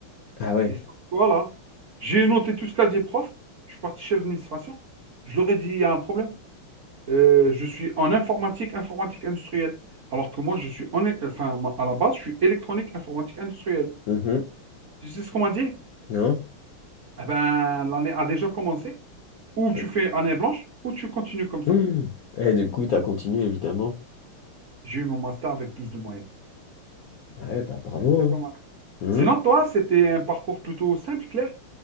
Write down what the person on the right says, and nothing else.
Et ça, voilà. J'ai noté tout ce qu'a dit le prof. Je suis parti chez l'administration. Je leur ai dit, il y a un problème. Euh, je suis en informatique, informatique industrielle. Alors que moi, je suis en, é- enfin, ma- à la base, je suis électronique, informatique industrielle.
Tu sais ce qu'on m'a dit?
Eh ben, l'année a déjà commencé. Ou tu
fais année blanche, ou tu continues comme ça.
J'ai eu mon master avec 12 de moyenne.
C'est pas
mal.
Sinon, toi, c'était un parcours plutôt simple, clair?